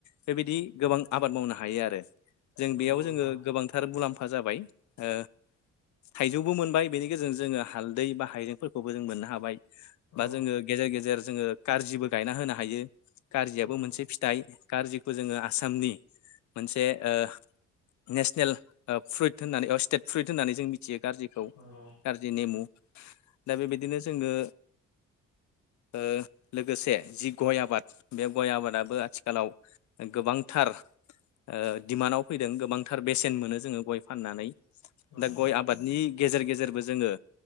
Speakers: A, on the left; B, on the left.
A: बेबायदि गोबां आबाद मावनो हायो आरो जों
B: नंगौ
A: बेयाव
B: नोंथां
A: जोङो गोबांथार मुलाम्फा जाबाय ओ थाइजौबो मोनबाय बेनि गेजेरजों जोङो हालदै बा हाइजेंफोरखौबो जों मोननो हाबाय
B: औ
A: बा जोङो गेजेर गेजेर जोङो कारजिबो गायना होनो हायो कारजियाबो
B: नंगौ
A: मोनसे फिथाइ कारजिखौ जोङो आ सामनि मोनसे ओ नेसनेल ओ फ्रुइट होननानै औ स्टेट फ्रुइट होननानै जों मिथियो कारजिखौ
B: नंगौ
A: कारजि नेमु दा बेबायदिनो जोङो ओ लोगोसे जि गय आबाद बे गय आबादाबो आथिखालाव गोबां थार ओ डिमान्डआव फैदों गोबांथार बेसेन मोनो जोङो गय फाननानै
B: नंगौ
A: दा गय आबादनि गेजेर गेजेरबो जोङो